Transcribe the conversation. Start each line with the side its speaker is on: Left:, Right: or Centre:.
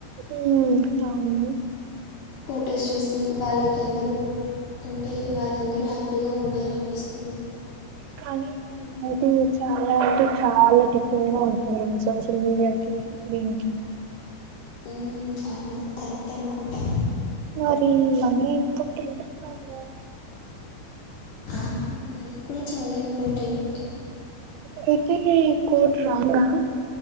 Right: తుమ్ అవును
Left: ఫొటోస్ చూసి వాళ్ళక్ ఎందరు అంటే వాళ్ళందరూ హ్యాపీగా ఉన్నారనిపిస్తుంది.
Right: కానీ అది చాలా అంటే చాలా డిఫరెంట్ గా ఉంటుంద్ అనేస్ సోషల్ మీడియాకి దీనకి
Left: ఉహ్ అవ్ కరెక్టే అనుకుంటా.
Right: మరి మనీ ఇపోటంట కదా
Left: ఆమ్ మనీ కూడా చాలా ఇంపార్టెంట్.
Right: అయితే కోట్ రాంగ్గా